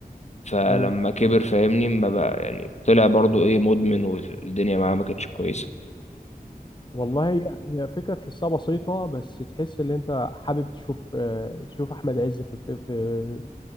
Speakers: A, on the left; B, on the left.
A: فلما
B: ايوه
A: كبر فاهمني ما بقى يعني طلع برضو ايه مدمن والدنيا معاه ما كانتش كويسه
B: والله هي هي فكره تحسها بسيطه بس تحس ان انت حابب تشوف آه، تشوف احمد عز في الف- في